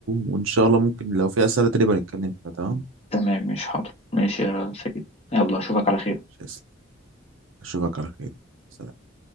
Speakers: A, on the right (about 80°); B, on the left (about 30°).
A: وان شاء الله ممكن لو في اسئله تانية بقى نتكلم فيها تمام
B: تمام مش حاضر ماشي يا سيد يلا أشوفك على خير
A: ماشي، اشوفك على خير سلام